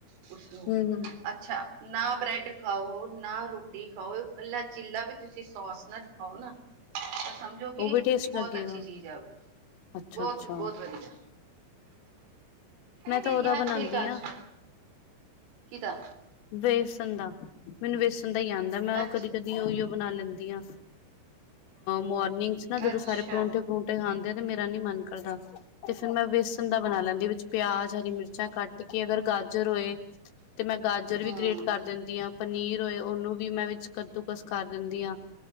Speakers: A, on the right; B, on the left.
A: ਖੁੱਸ ਰਹੋ
B: ਹੂੰ ਹੂੰ
A: ਅੱਛਾ ਨਾ ਬ੍ਰੈਡ ਖਾਓ, ਨਾ ਰੋਟੀ ਖਾਓ, ਇਕੱਲਾ ਚੀਲਾ ਵੀ ਤੁਸੀਂ ਸੋਸ ਨਾਲ ਖਾਓ ਨਾ ਤਾਂ ਸਮਝੋ ਕਿ
B: ਉਹ ਵੀ ਟੇਸਟ
A: ਬਹੁਤ
B: ਲੱਗੇਗਾ
A: ਅੱਛੀ ਚੀਜ਼ ਹੈ ਉਹ ਵੀ
B: ਅੱਛਾ
A: ਬਹੁਤ
B: ਅੱਛਾ
A: ਬਹੁਤ ਵਧੀਆ,
B: ਮੈਂ
A: ਇਹ
B: ਤਾਂ
A: ਵੀ
B: ਉਹਦਾ
A: ਯਾਰ
B: ਬਣਾਉਂਦੀ
A: ਮੇਰੀ ਗੱਲ
B: ਹਾਂ
A: ਸੁਣ ਕਿਦਾ
B: ਵੇਸਣ ਦਾ। ਮੈਨੂੰ ਵੇਸਣ ਦਾ ਹੀ ਆਉਂਦਾ ਹੈ, ਮੈਂ ਉਹ
A: ਅੱਛਾ
B: ਕਦੀ ਕਦੀ ਉਹ ਹੀ ਬਣਾ ਲੈਂਦੀ ਹਾਂ। ਮੋਰਨਿੰਗ ਚ ਨਾ ਜਦੋਂ
A: ਅੱਛਾ
B: ਸਾਰੇ ਪਰੌਂਠੇ ਪਰੁੰਂਠੇ ਖਾਂਦੇ ਆ ਤੇ ਮੇਰਾ ਨੀ ਮਨ ਕਰਦਾ। ਤੇ ਫਿਰ ਮੈਂ ਵੇਸਨ ਦਾ ਬਣਾ ਲੈਂਦੀ ਵਿੱਚ ਪਿਆਜ਼, ਹਰੀ ਮਿਰਚਾਂ ਕੱਟ ਕੇ ਅਗਰ ਗਾਜਰ ਹੋਏ ਤੇ ਮੈਂ ਗਾਜਰ
A: ਹੂੰ
B: ਵੀ ਗ੍ਰੇਟ ਕਰ ਦਿੰਦੀ ਆ, ਪਨੀਰ ਹੋਏ ਉਹਨੂੰ ਵੀ ਮੈਂ ਵਿੱਚ ਕੱਦੂਕਸ ਕਰ ਦਿੰਦੀ ਹਾਂ।